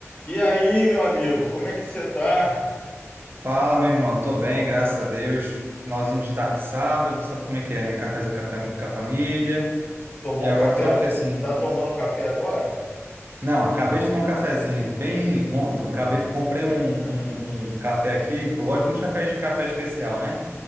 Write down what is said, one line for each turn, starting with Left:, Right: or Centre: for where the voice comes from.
Left: E aí, meu amigo, como é que você tá?
Right: Fala, meu irmão. Tô bem, graças a Deus. Finalzinho de tarde, de sábado, sabe como é que é, né? Cafézinho com a fam- com a família.
Left: Tomou
Right: E agora
Left: um café?
Right: tô aqui
Left: ag-
Right: assim.
Left: Tá tomando café agora?
Right: Não, acabei de tomar um cafezinho, bem bom. Acabei, comprei um,
Left: <laughs>
Right: um, um café aqui. Eu gosto muito de café, de café especial, né?